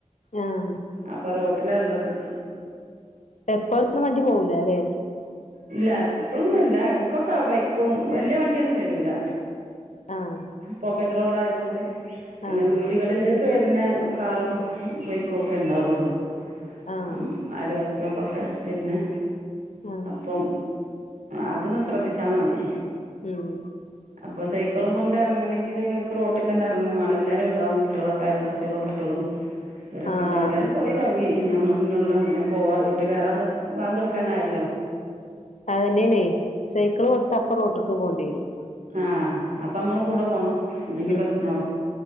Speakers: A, on the left; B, on the right.
A: ആഹ
B: അപ്പൊ റോട്ടിലാള്ളത്.
A: എപ്പ <unintelligible> ലും വണ്ടി പോകൂലാ ലേ.
B: ഇല്ല, എപ്പഴൊന്നുംല്ല. എടക്കൊക്കെ ബൈക്കും വല്യ വണ്ടിയൊന്നും വരൂല.
A: ആഹ്
B: പോക്കറ്റ് റോഡ് ആയതുകൊണ്ട് പിന്നെ
A: ആഹ്
B: വീടുകളില വെര്ണ കാറും ബൈക്കുക്കെണ്ടാവൊള്ളൂ.
A: ആഹ്
B: അം അലോ വടെക്കൊക്കെ വെര്ണെ.
A: ആഹ്.
B: പ്പം അതൊന്ന് ശ്രദ്ധിച്ചാ മതി.
A: ഉം.
B: അപ്പൊ സൈക്കളുംകൊണ്ട് എറങ്ങണെങ്കില് ക്ക് റോട്ട്ക്കെന്നെ എറങ്ങും വേണം. എല്ലാരുണ്ടാവും കുട്ട്യളൊക്കെ അയൽവാസ്യളെ കുട്ട്യളും
A: <inaudible>
B: ഇവരൊക്കെ
A: ആഹ്
B: ഉണ്ടാവും എല്ലാരും പോയി തുടങ്ങി ആഹ്, നമ്മളെന്നൊള്ളു. അങ്ങനെ പോവാ വീട്ട് കേറാന്ന് വാങ്കൊട്ക്കാനായല്ലോ.
A: അതെന്നേണേ സൈക്കിള് കൊടുത്തപ്പ റോട്ടിക്ക് പോകേണ്ടി വരും
B: ആഹ്, അപ്പ അമ്മളും കൂടെപോണം. ഇല്ലങ്കി
A: ഉം
B: പ്രശ്നാവും.